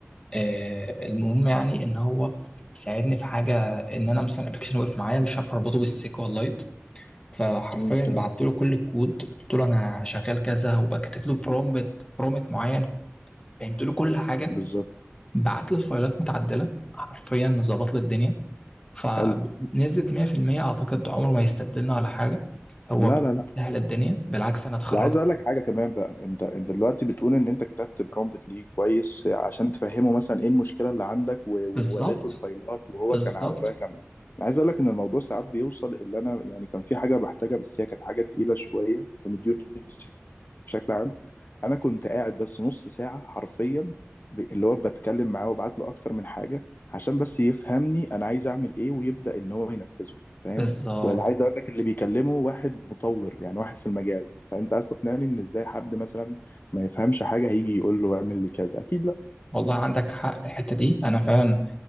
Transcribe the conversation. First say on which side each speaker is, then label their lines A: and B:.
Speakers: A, on the left; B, on the left.
A: آه، المهم يعني ان هو ساعدني في حاجه ان انا مثلا ابلكيشن وقف معايا مش عارف اربطه بالسيكوال لايت فحرفيا
B: امم تمام
A: بعت له كل الكود قلت له انا شغال كذا وبكتب له برومبت برومبت معين فهمت له كل حاجه
B: بالظبط
A: بعت لي الفايلات متعدله حرفيا ظبط لي الدنيا فنزلت
B: حلو
A: 100% اعتقد عمره ما يستبدلنا ولا حاجه هو
B: لا لا لا
A: سهل الدنيا بالعكس انا اتخرجت
B: وعايز اقول لك حاجه كمان بقى انت انت دلوقتي بتقول ان انت كتبت برومبت ليه كويس عشان تفهمه مثلا ايه المشكله اللي عندك و- ووريته
A: بالظبط
B: الفايلات وهو
A: بالظبط
B: كان على درايه كامله انا عايز اقول لك ان الموضوع ساعات بيوصل اللي انا يعني كان في حاجه بحتاجها بس هي كانت حاجه تقيله شويه في مديول بشكل عام انا كنت قاعد بس نص ساعه حرفيا ب- اللي هو بتكلم معاه وابعت له اكتر من حاجه عشان بس يفهمني انا عايز اعمل ايه ويبدا ان هو ينفذه فاهم
A: بالظبط
B: ولا عايز اقول لك اللي بيكلمه واحد مطور يعني واحد في المجال فانت عايز تقنعني ان ازاي حد مثلا ما يفهمش حاجه هيجي يقول له اعمل لي كذا اكيد لا
A: والله عندك حق في الحته دي انا فعلا